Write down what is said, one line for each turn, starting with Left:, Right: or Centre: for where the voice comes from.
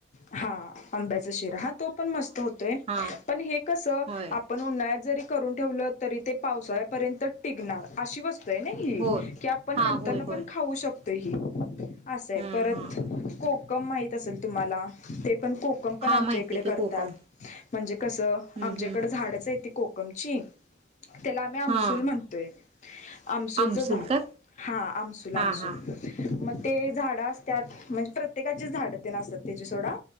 Left: हा आंब्याचा शिरा हा तो पण मस्त होतोय
Right: हा
Left: पण हे कस
Right: होय
Left: आपण उन्हात जरी करून ठेवलं तरी ते पावसाळ्यापर्यंत टिगनार अशी वत ह
Right: हो
Left: कि आपण
Right: हा
Left: नंतर
Right: होय होय
Left: पण खाऊ शकतो हे. असंय
Right: हम्म
Left: परत
Right: हा
Left: कोकम माहित असेल तुम्हाला ते पण कोक कोकम पण
Right: हा
Left: आमच्या
Right: माहिती
Left: इकडे करतात
Right: की कोकम
Left: म्हणजे कसं
Right: हम्म
Left: आमच्याकड
Right: हम्म
Left: झाडच आहे त कोक कमची त्याला आम्ही अमसुल
Right: हा
Left: म्हणतोय. आमसूलचं
Right: आमसूल
Left: झाड
Right: का
Left: हा आमसूल
Right: हा
Left: आमसूल.
Right: हा
Left: मग ते झाडं असतत म्हणजे प्रत्येकाची झाडं ते न असतात त्याचे सोडा